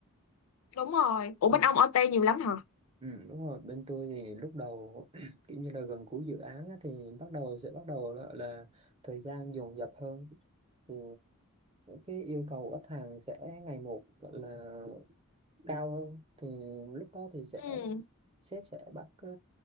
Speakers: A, on the left (about 65°); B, on the right (about 25°).
A: đúng rồi ủa
B: Ừ.
A: bên ông OT nhiều lắm hả
B: Ừ, đúng rồi bên tôi thì lúc đầu <clears throat> kiểu như là gần cuối dự án á, thì bắt đầu sẽ bắt đầu là, là thời gian dồn dập hơn thì cái yêu cầu của khách hàng sẽ ngày một gọi là cao hơn thì lúc đó thì sẽ
A: ừ
B: sếp sẽ bắt ờ,